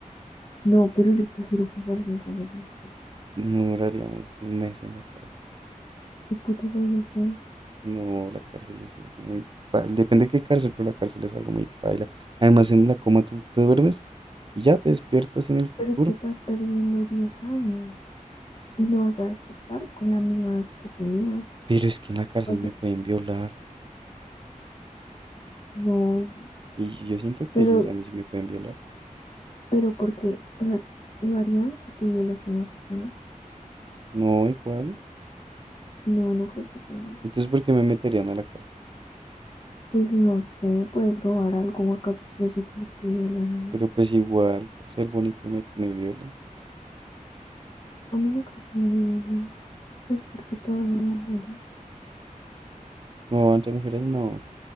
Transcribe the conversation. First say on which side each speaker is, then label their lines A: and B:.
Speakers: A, on the left (about 45°); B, on the right (about 35°).
A: no, pero yo prefiero pasar cinco años en la cárcel.
B: No duraríamos un mes en la cárcel.
A: ¿Qué puta soy yo así?
B: No, la cárcel es algo muy paila. Depende de qué cárcel, pero la cárcel es algo muy paila. Además, en la coma tú te duermes y ya te despiertas en el futuro.
A: Pero es que estás perdiendo diez años y no vas a despertar con la misma edad que tenías.
B: Pero es que en la cárcel
A: O sea,
B: me pueden violar.
A: no,
B: Y yo siento que
A: pero
B: ellos a mí sí me pueden violar.
A: Pero porque, o sea, ¿lo harían si tú violaste a una persona?
B: No, igual.
A: No, no creo que te violen.
B: Entonces, ¿por qué me meterían a la cárcel?
A: Pues no sé, puedes robar algo o acaso sí o sí tienes que violar a alguien.
B: Pero pues igual, por ser bonito me, me violan.
A: A mí no creo que me violen, pues porque todas son mujeres.
B: No, entre mujeres no.